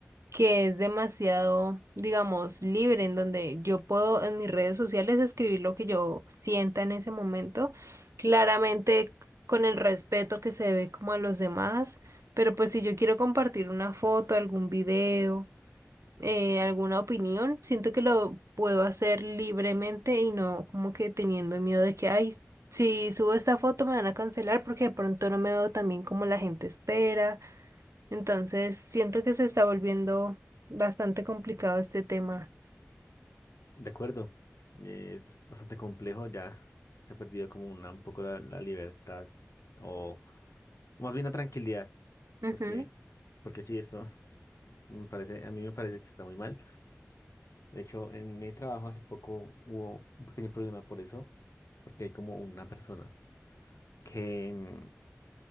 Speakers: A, on the right; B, on the left.
A: que es demasiado, digamos, libre, en donde yo puedo en mis redes sociales escribir lo que yo sienta en ese momento, claramente con el respeto que se debe como a los demás, pero pues si yo quiero compartir una foto, algún video, eh, alguna opinión, siento que lo puedo hacer libremente y no como que teniendo miedo de que, ay, si subo esta foto me van a cancelar porque de pronto no me veo tan bien como la gente espera entonces, siento que se está volviendo bastante complicado este tema.
B: De acuerdo, es bastante complejo, ya se ha perdido como una, un poco la, la libertad o, o más bien la tranquilidad,
A: Ujú,
B: porque, porque sí, esto <laughs> me parece, a mí me parece que está muy mal. De hecho, en mi trabajo hace poco hubo un pequeño problema por eso, porque hay como una persona que, em,